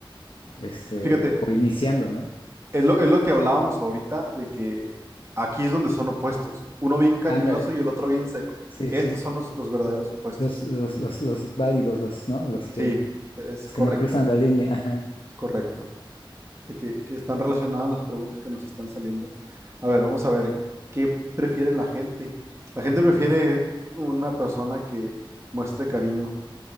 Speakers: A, on the left; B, on the right.
A: este,
B: fíjate,
A: o, o iniciando, ¿no?
B: es lo, es lo que hablábamos ahorita, de que aquí es donde son opuestos, uno bien cariñoso
A: Ándale,
B: y el otro bien seco.
A: sí,
B: Estos
A: sí.
B: son los, los verdaderos opuestos.
A: Los, los, los, los válidos, los, ¿no? Los que,
B: Sí, es
A: los
B: correcto,
A: que no cruzan la línea, ajá.
B: es correcto. de que, que están relacionadas las preguntas que nos están saliendo. A ver, vamos a ver, ¿qué prefiere la gente? La gente prefiere una persona que muestre cariño,